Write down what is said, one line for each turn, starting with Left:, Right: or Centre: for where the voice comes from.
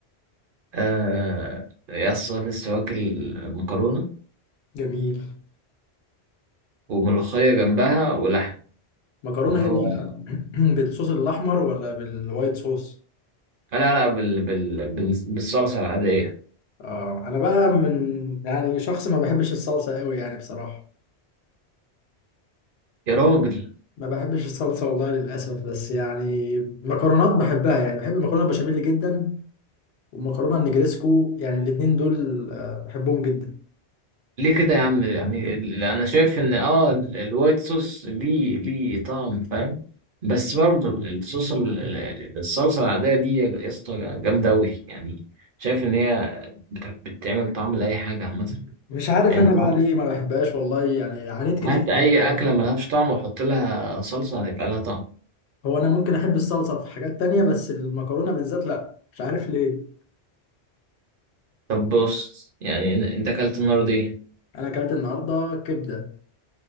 Right: آه يا اسطى لسه واكل مكرونه
Left: جميل
Right: وملوخيه جنبها ولحم
Left: مكرونه
Right: فاللي
Left: ايه
Right: هو
Left: بقى <clears throat> بالصوص الاحمر ولا بالوايت صوص
Right: لا لا بال... بال... بال... بالصلصه العاديه
Left: اه انا بقى من يعني شخص ما بحبش الصلصه قوي يعني بصراحه
Right: يا راجل
Left: ما بحبش الصلصه والله للاسف بس يعني مكرونات بحبها يعني بحب المكرونه البشاميل جدا والمكرونه النجريسكو يعني الاتنين دول آه، بحبهم جدا
Right: ليه كده يا عم يعني ال- انا شايف ان اه ال- الوايت صوص دي ليه طعم فاهم بس برضه الصوص ال- ال- ال- الصلصه العاديه دي يا اسطى جامده قوي يعني شايف ان هي بت- بتعمل طعم لاي حاجه عامه
Left: مش عارف
Right: انت
Left: انا بقى ليه ما بحبهاش والله يعني عانيت كتير
Right: هات
Left: في
Right: اي
Left: الموضوع
Right: اكله
Left: ده
Right: ملهاش طعم وحط لها صلصه هتبقى لها طعم
Left: هو انا ممكن احب الصلصه في حاجات تانية بس المكرونه بالذات لا مش عارف ليه
Right: طب بص يعني إن- انت اكلت النهارده ايه
Left: انا اكلت النهارده كبده